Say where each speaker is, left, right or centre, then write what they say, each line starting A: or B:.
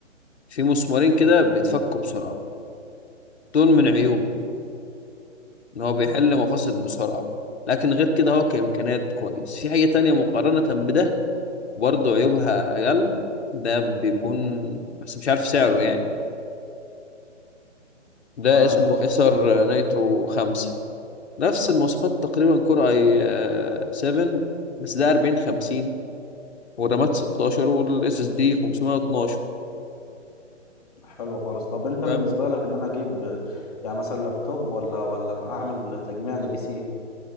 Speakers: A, on the left; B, on the left.
A: في مسمارين كده بيتفكوا بسرعة دول من عيوبه ان هو بيحل
B: فهمتك
A: مفاصل بسرعة لكن غير كده هو كإمكانيات كويس في حاجة تانية مقارنة بده برضه عيوبها أقل ده بيكون بس مش عارف سعره يعني ده
B: تمام
A: اسمه
B: مفيش
A: ايسر
B: مشكله
A: نيترو خمسة نفس المواصفات تقريبا كور اي سفن بس ده 40 50 والرامات 16 والاس اس دي 512
B: حلو خالص طب انت
A: فاهم
B: بالنسبة لك ان انا اجيب يعني مثلا لابتوب ولا ولا اعمل تجميع لبي سي